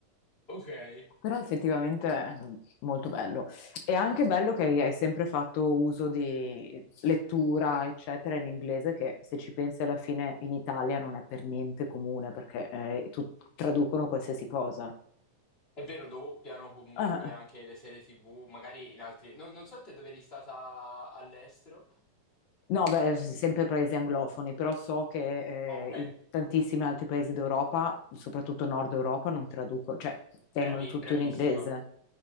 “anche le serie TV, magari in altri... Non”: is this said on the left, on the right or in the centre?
Left